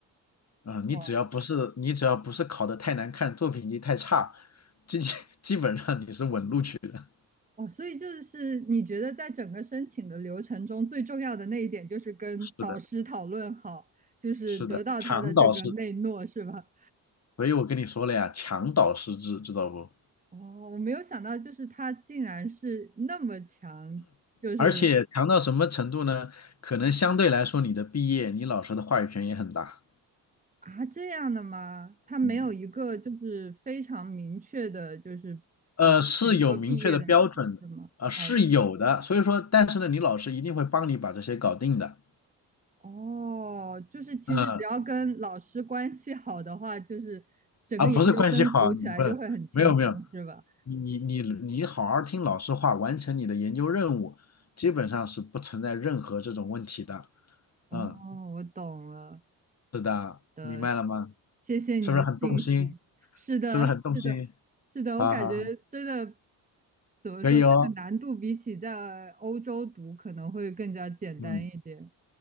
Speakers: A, on the left; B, on the right.
A: 嗯，
B: 哦
A: 你只要不是你只要不是考得太难看，作品集太差，基 <laughs> 基本上你是稳录取的。
B: 哦，所以就是你觉得在整个申请的流程中，最重要的那一点就是跟导师讨论好，
A: <laughs> 是的，
B: 就是得到他的这个内诺，
A: 是的，强导师，
B: 是吧？
A: 所以我跟你说了呀，强导师制，知道不？
B: 哦，我没有想到，就是他竟然是那么强，就是
A: 而且强到什么程度呢？可能相对来说，你的毕业，你老师的话语权也很大。
B: 啊，这样的吗？他没有一个就是非常明确的，
A: 嗯，
B: 就是比比如说毕业的考试吗？
A: 呃，是有明确的标准的，啊、是有的。
B: 哦
A: 所以说，但是呢，你老师一定会帮你把这些搞定的。
B: 哦，就是其实只要跟老师关系好的话，
A: 嗯，
B: 就是整个研究生读起来就会很轻松，
A: 啊，不是关系好，你不能，没有没有，
B: 是吧？
A: 你你你你好好听老师话，完成你的研究任务，基本上是不存在任何这种问题的。
B: 哦，
A: 嗯，
B: 我懂了
A: 是的，
B: 的，
A: 明白了吗？
B: 谢谢你的信息。
A: 是不是很动心？
B: 是的，
A: 是不是很动心？
B: 是的，是的，
A: 好好好，
B: 我感觉真的怎么说，
A: 可以哦，
B: 这个难度比起在欧洲读可能会更加简单一点。
A: 嗯，